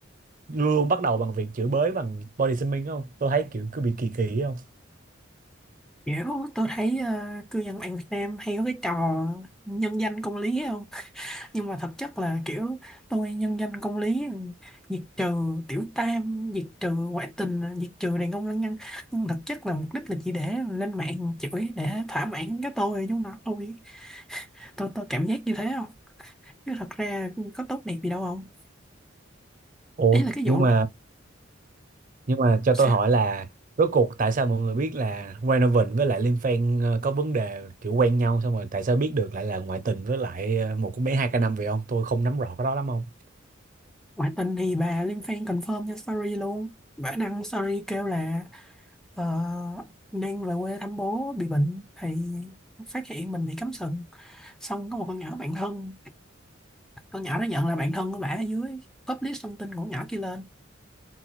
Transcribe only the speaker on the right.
luôn bắt đầu bằng việc chửi bới bằng body shaming không tôi thấy kiểu cứ bị kỳ kỳ ấy không
ủa
nhưng
mà Nhưng mà cho
tôi hỏi là rốt cuộc tại sao mọi người biết là Renovan với lại Liêm Phen ờ, có vấn đề kiểu quen nhau xong rồi tại sao biết được lại là ngoại tình với lại ờ, một cô bé hai k năm vậy ông? Tôi không nắm rõ cái đó lắm không?